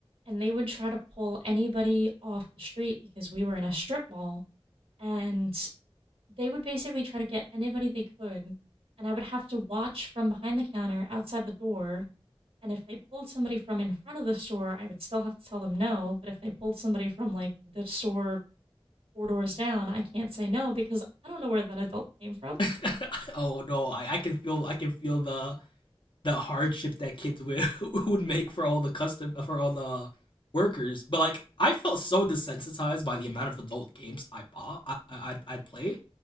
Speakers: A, on the right; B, on the left.
A: And they would try to pull anybody off the street because we were in a strip mall. And they would basically try to get anybody they could. And I would have to watch from behind the counter outside the door And if they pulled somebody from in front of the store, I would still have to tell them no. But if they pulled somebody from like the store four doors down, I can't say no because I don't know where that adult came from.
B: <laughs> oh no i i can feel i can feel the the hardship that kids would <laughs> would make for all the custom for all the workers but like i felt so desensitized by the amount of adult games i bought i i i'd I'd play